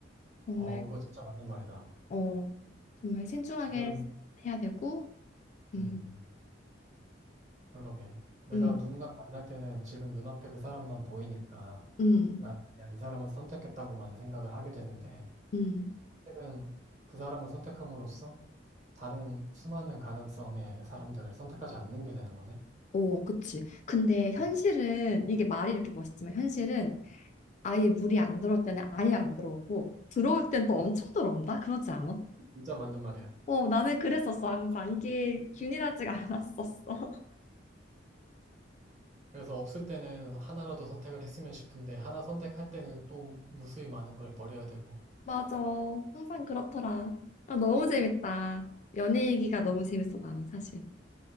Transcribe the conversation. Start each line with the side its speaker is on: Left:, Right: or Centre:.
Left: 정말,
Right: 어, 그거 진짜 맞는 말이다.
Left: 어, 정말 신중하게
Right: 지금
Left: 해야 되고, 음.
Right: 음, 그러게. 내가
Left: 음.
Right: 누군가를 만날 때는 지금 눈앞에 그 사람만 보이니까
Left: 음,
Right: 나는 그냥 이 사람을 선택했다고만 생각을 하게 되는데
Left: 음,
Right: 사실은 그 사람을 선택함으로써 다른 수많은 가능성의 사람들을 선택하지 않는 게 되는 거네.
Left: 오, 그치. 근데 현실은,
Right: 음,
Left: 이게 말이 이렇게 멋있지만, 현실은 아예 물이 안 들어올 때는 아예 안 들어오고, 들어올 땐 또 엄청 들어온다? 그러지 않아?
Right: 진짜 맞는 말이야.
Left: 어, 나는 그랬었어, 항상. 이게 균일하지가 않았었어. <laughs>
Right: 그래서 없을 때는 하나라도 선택을 했으면 싶은데 하나 선택할 때는 또 무수히 많은 걸 버려야 되고.
Left: 맞아. 항상 그렇더라. 아, 너무 재밌다.
Right: <laughs>
Left: 연애 얘기가 너무 재밌어, 나는 사실.